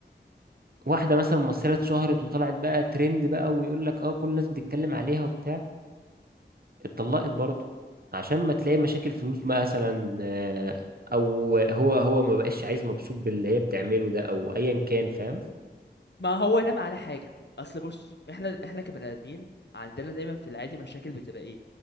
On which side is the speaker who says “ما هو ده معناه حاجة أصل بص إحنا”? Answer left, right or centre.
Left